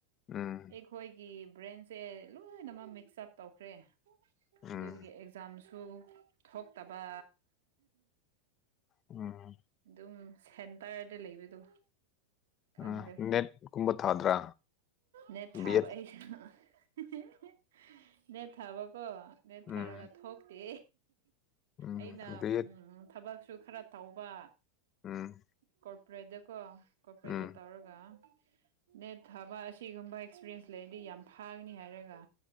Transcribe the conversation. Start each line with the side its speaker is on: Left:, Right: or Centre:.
Left: ꯎꯝ
Right: ꯑꯩꯈꯣꯏꯒꯤ ꯕ꯭ꯔꯦꯟꯁꯦ ꯂꯣꯏꯅꯃꯛ ꯃꯤꯛꯁ ꯑꯞ ꯇꯧꯈ꯭ꯔꯦ
Left: ꯎꯝ
Right: ꯗꯨꯗꯒꯤ ꯑꯦꯛꯖꯥꯝ ꯁꯨ ꯊꯣꯛꯇꯕ
Left: ꯎꯝ
Right: ꯗꯨꯝ ꯁꯦꯟꯇꯔꯗ ꯂꯩꯕꯗꯣ ꯈꯪꯗ꯭ꯔꯦ
Left: ꯎꯝ ꯅꯦꯠꯀꯨꯝꯕ ꯊꯥꯗ꯭ꯔꯥ
Right: ꯅꯦꯠ ꯊꯥꯕ
Left: ꯕꯤ ꯑꯦꯠ
Right: ꯑꯩ <unintelligible> <unintelligible> ꯅꯦꯠ ꯊꯥꯕꯀꯣ ꯅꯦꯠ
Left: ꯎꯝ
Right: ꯊꯥꯔꯒ ꯊꯣꯛꯇꯦ
Left: ꯎꯝ
Right: ꯑꯩꯅ
Left: ꯕꯤ ꯑꯦꯠ
Right: ꯎꯝ ꯊꯕꯛꯁꯨ ꯈꯔ ꯇꯧꯕ
Left: ꯎꯝ
Right: ꯀꯣꯔꯄꯔꯦꯠꯇꯀꯣ ꯀꯣꯔꯄꯔꯦꯠꯇ
Left: ꯎꯝ
Right: ꯇꯧꯔꯒ ꯅꯦꯠ ꯊꯥꯕ ꯑꯁꯤꯒꯨꯝꯕ ꯑꯦꯛꯁꯄꯤꯔꯦꯟꯁ ꯂꯩꯔꯗꯤ ꯌꯥꯝ ꯐꯥꯒꯅꯤ ꯍꯥꯏꯔꯒ